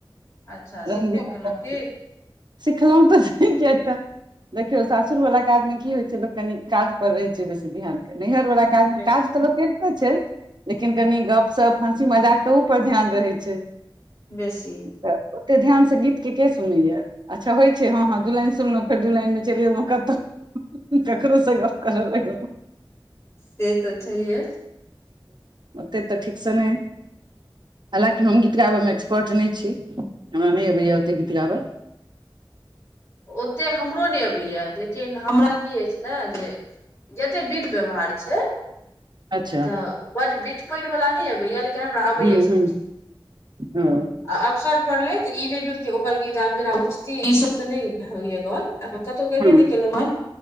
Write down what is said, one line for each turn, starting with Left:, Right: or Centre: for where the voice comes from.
Left: अच्छा
Right: रंग
Left: सिखबो
Right: बिरंगक
Left: केलहुँ की
Right: सिखलहु तऽ क तऽ देखिऔ सासुर वाला काज में की होय छै लोक कनि काज पर रहे छै बेसी ध्यान करने नैहर वाला काजमे
Left: बेस
Right: काज तऽ लोक करते छै लेकिन कनि गप सप हंसी मजाक तहुपर ध्यान रहै छै
Left: बेसी
Right: तऽ ओते ध्यान से गीत के सुनैया अच्छा होइ छै हँ हँ दू सुनलउ फर दू लाइन में चलि एहुं कतहु ककरो से गप करल लगलौ
Left: से तऽ छैहे
Right: ओते तऽ ठीकसे नहि हलाँकि हम गीत गाबैमे एक्सपर्ट नहि छी हमरा नहि आबय यै ओते गीत गाबै
Left: ओतेक हमरो नहि अबैए लेकिन हमरा की अछि ना जे जतेक विध व्यवहार छै
Right: अच्छा
Left: तऽ बड़ बित पनि वाला नहि अबैया लेकिन हमरा अबैये
Right: हूँ
Left: सब
Right: हूँ
Left: चिज
Right: हँ
Left: अवसर परलै त इ नै ओकर गीत आब जेना उचती ई सब तऽ नहि होइ या कहल एखन कतहु गबे
Right: हँ
Left: नहि केलहु हँ